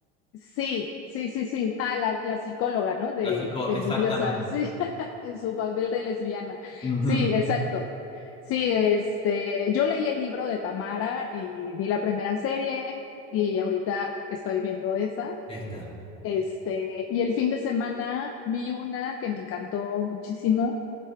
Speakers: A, on the left (about 45°); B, on the left (about 20°).
A: Sí, sí, sí, sí. Ah, la, la psicóloga, ¿no? De,
B: clásico,
A: de
B: exactamente.
A: envidiosa, sí, <laughs> en su papel de lesbiana.
B: Ujú,
A: Sí, exacto. Sí, este, yo leí el libro de Tamara y vi la primera serie y ahorita estoy viendo esa.
B: Esta.
A: Este, y el fin de semana vi una que me encantó muchísimo,